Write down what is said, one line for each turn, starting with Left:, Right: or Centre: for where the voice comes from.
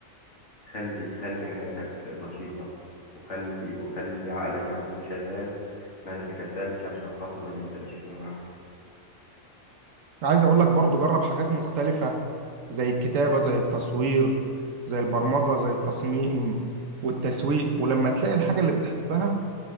Left: خلي خلي حياتك نشيطة وخلي وخلي عقلك على طول شغال ما تتكسلش عشان خاطر ما تندمش فيما بعد
Right: عايز اقول لك برضو جرب حاجات مختلفة زي الكتابة زي التصوير زي البرمجة زي التصميم والتسويق ولما تلاقي الحاجة اللي بتحبها